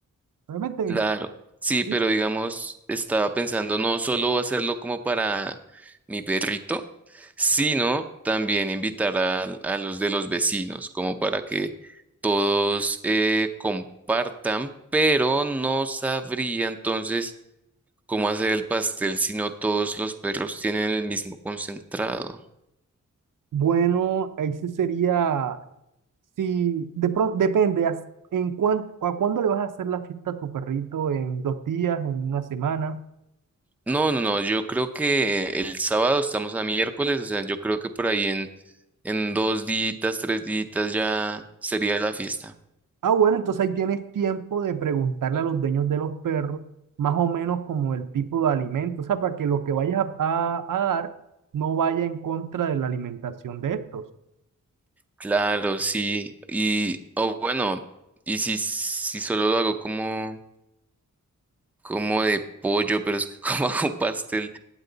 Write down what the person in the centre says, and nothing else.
Claro, sí,
pero digamos, estaba pensando no solo hacerlo como para mi perrito, sino también invitar a, a los de los vecinos, como para que todos eh, compartan, pero no sabría entonces cómo hacer el pastel si no todos los perros tienen el mismo concentrado.
No, no, no, yo creo que el sábado estamos a miércoles, o sea, yo creo que por ahí en En dos días, tres días ya sería la fiesta.
Claro, sí. Y, o bueno, y si, si solo lo hago como, como de pollo, pero es que como <laughs> hago pastel